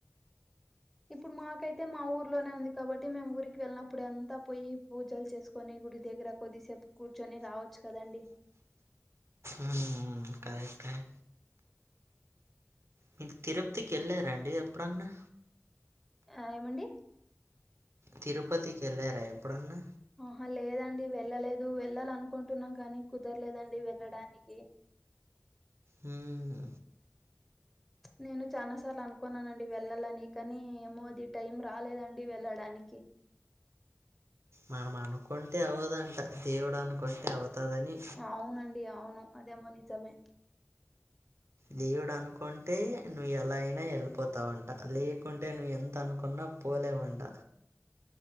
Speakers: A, in the centre; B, on the right.
A: ఇప్పుడు మాకైతే మా ఊర్లోనే ఉంది కాబట్టి మేము ఊరికి వెళ్ళమ్ అప్పుడంతా పోయి పూజలు చేసుకొని గుడి దగ్గర కొద్దిసేపు కూర్చొని రావచ్చు కదండి
B: ఆ హ కరెక్టే అండి మీ తిరుప్తికి వెళ్ళారండి ఎప్పుడన్నా
A: ఏమండి
B: తిరుపతికి వెళ్ళారా ఎప్పుడన్నా
A: ఆహా లేదండి వెళ్ళలేదు వెళ్ళాల అనుకుంటున్నాం కానీ కుదరలేదండి వెళ్ళడానికి
B: ఉమ్
A: నేను చానా సార్లు అనుకున్నానండి వెళ్లాలని కానీ ఏమోది టైం రాలేదండి వెళ్ళడానికి
B: మనం అనుకుంటే అవదంట దేవుడు అనుకుంటే అవుతదని
A: అవునండి అవును అదేమో నిజమే
B: దేవుడు అనుకుంటే నువ్వు ఎలా అయినా ఎళ్ళిపోతావంట లేకుంటే నీ ఎంత అనుకున్నా పోలేవంట